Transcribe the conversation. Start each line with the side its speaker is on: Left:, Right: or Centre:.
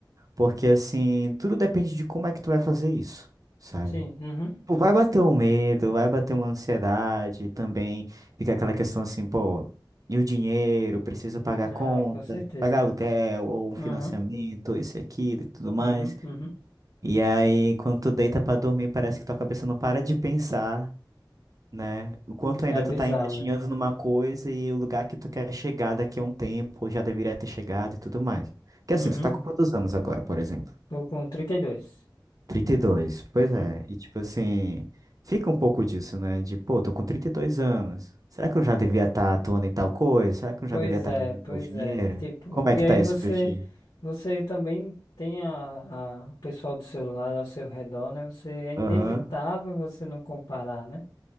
Right: porque assim, tudo depende de como é que tu vai fazer isso, sabe?
Left: sim, uhum.
Right: Pô, vai bater um medo, vai bater uma ansiedade, também fica aquela questão assim, pô, e o dinheiro, preciso pagar
Left: Ah,
Right: conta,
Left: com certeza.
Right: pagar aluguel ou um
Left: Uhum,
Right: financiamento, isso e aquilo e tudo mais.
Left: uhum, uhum.
Right: E aí, quando tu deita pra dormir, parece que tua cabeça não para de pensar né? O quanto ainda
Left: É bizarro,
Right: tu tá engatinhando
Left: né?
Right: numa coisa e o lugar que tu quer chegar daqui a um tempo, ou já deveria ter chegado e tudo mais. Porque assim,
Left: Uhum.
Right: tu tá com quantos anos agora, por exemplo?
Left: Tô com 32.
Right: trinta e dois Pois
Left: Uhum.
Right: é, e tipo assim, fica um pouco disso, né? De, pô, tô com 32 anos. Será que eu já devia estar atuando em tal coisa? Será que eu
Left: Pois
Right: já devia estar
Left: é,
Right: ganhando
Left: pois
Right: tal dinheiro?
Left: é. Tipo,
Right: Como é
Left: e
Right: que
Left: aí
Right: tá
Left: você,
Right: isso pra ti?
Left: você também tem a, a- o pessoal do seu lado, ao seu redor, né? Você, é inevitável
Right: Aham,
Left: você não comparar, né?